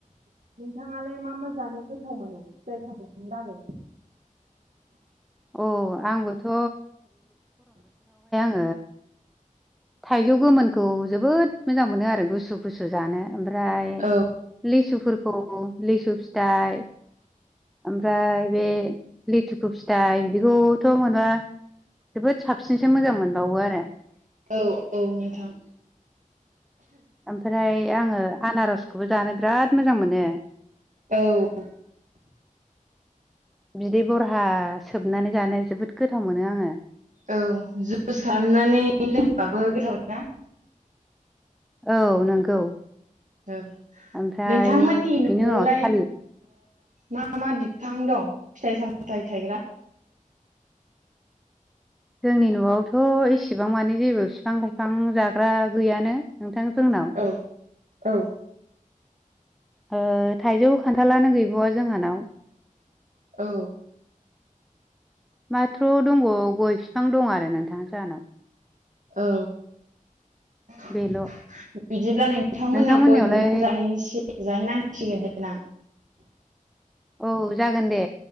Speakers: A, on the right; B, in the centre.
A: नोंथाङालाय मा मा जानो? गोथाव मोनो जायखौ नों लागै
B: औ आंबोथ' ओ थाइजौ गोमोनखौ जोबोद मोजां मोनो आरो गुसु गुसु जानो। ओमफ्राय
A: औ
B: लिसुफोरखौ लिसु फिथाइ ओमफ्राय बे लिथुखु फिथाइ बिदिखौथ' मोन। नबा जोबोद साबसिनसो मोजां मोनबावो आरो
A: औ औ नोंथां
B: ओमफ्राय आङो आनारसखौबो जानो बिराद मोजां मोनो।
A: औ
B: बिदै बरहा सोबनानै जानो जोबोद गोथाव मोनो आङो।
A: औ जुइस खालामनानै लोंबाबो गोथाव ना
B: औ नंगौ
A: औ
B: ओमफ्राय
A: नोंथांमोननि न'आवलाय
B: बिनि उनाव थालिर
A: मा मा बिफां दं फिथाइ सामथायाइ थायग्रा
B: जोंनि न'आवथ' एसेबां माने जेबो बिफां लाइफां जाग्रा गैयानो नोंथां जोंनाव।
A: औ औ
B: ओ थाइजौ खान्थालानो गैबावा जोंहानाव।
A: औ।
B: माथ्र' दंबा गय बिफां दं आरो नोंथां जाहानाव।
A: औ। बिदिब्ला
B: बेल'।
A: नोंथांमोननाव
B: नोंथांमोननियावलाय
A: गयखौनो जाहैनसेै जाहैनांसिगोन देनां।
B: औ जागोन दे।